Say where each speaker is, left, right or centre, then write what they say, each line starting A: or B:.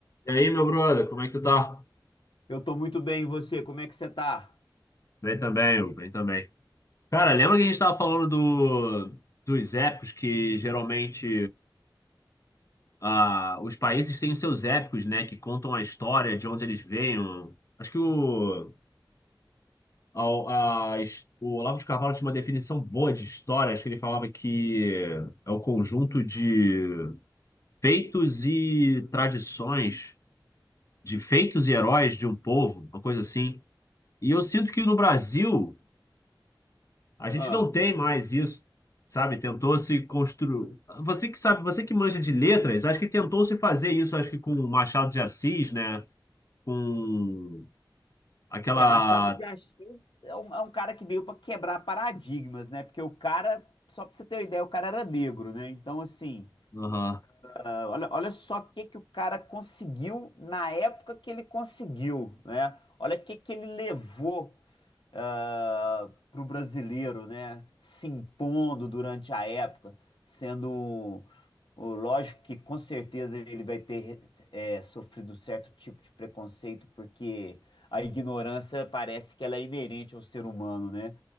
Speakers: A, on the left; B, on the left.
A: E aí, meu brother, como é que tu tá?
B: Eu tô muito bem, e você? Como é que você tá?
A: Bem também, Hugo, bem também. Cara, lembra que a gente tava falando do, dos épicos que geralmente ah, os países têm os seus épicos, né? Que contam a história, de onde eles veem. Acho que o, a, a his- o Olavo de Carvalho tinha uma definição boa de história. Acho que ele falava que é o conjunto de feitos e tradições, de feitos e heróis de um povo, uma coisa assim. E eu sinto que no Brasil. A gente
B: Ah.
A: não tem mais isso, sabe? Tentou se construir. Você que sabe, você que manja de letras, acho que tentou se fazer isso, acho que com o Machado de Assis, né? Com aquela.
B: É, Machado de Assis é um, é um cara que veio pra quebrar paradigmas, né? Porque o cara, só pra você ter uma ideia, o cara era negro, né? Então, assim,
A: Aham.
B: ah, olha, olha só o que que o cara conseguiu na época que ele conseguiu, né? Olha o que que ele levou para o brasileiro, né? Se impondo durante a época, sendo o- lógico que com certeza ele vai ter é, sofrido certo tipo de preconceito, porque a ignorância parece que ela é inerente ao ser humano, né?